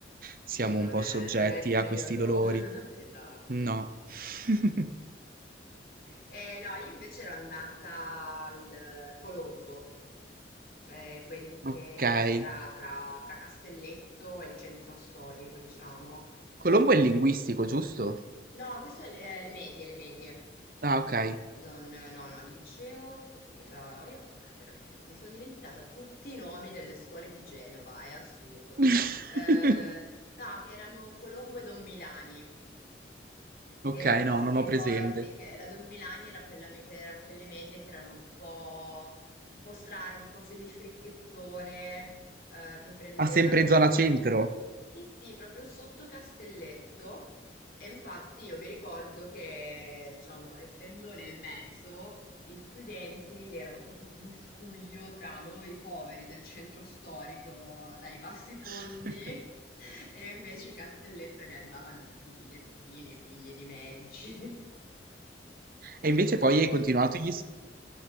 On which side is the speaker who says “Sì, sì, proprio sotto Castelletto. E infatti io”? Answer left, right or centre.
Left